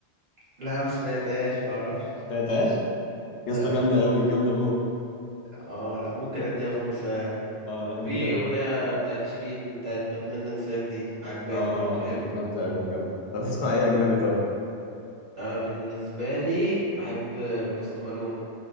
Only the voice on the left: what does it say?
سمعتهاش
يا اسطى
جامده
قوي جامده موت
اه لا جامده
قوي
اه
جا- جامده قوي جامده طب تسمع
ايه
اجنبي طيب